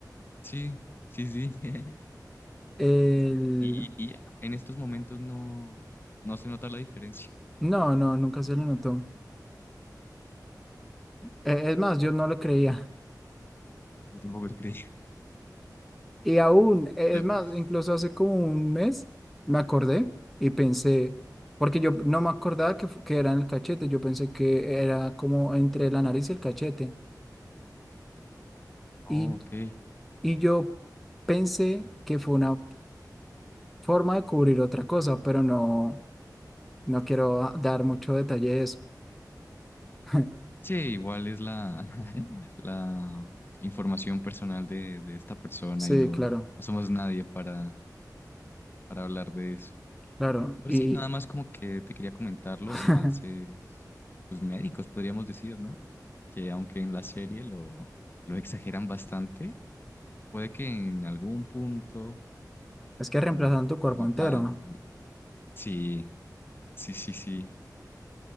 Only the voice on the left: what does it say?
Sí, sí, sí. <laughs>
Y, y ya, en estos momentos no, no se nota la diferencia.
Yo tampoco lo creí,
<laughs> pero
pues,
oh,
ok.
Sí, igual es la, <laughs> la información personal de, de esta persona
y no,
no somos nadie para, para hablar de eso.
Pero
sí, nada más como que te quería comentar los
avances pues, médicos, podríamos decir, ¿no? Que aunque en la serie lo, lo exageran bastante, puede que en algún punto
mm,
pues, lejano.
Sí, sí, sí, sí.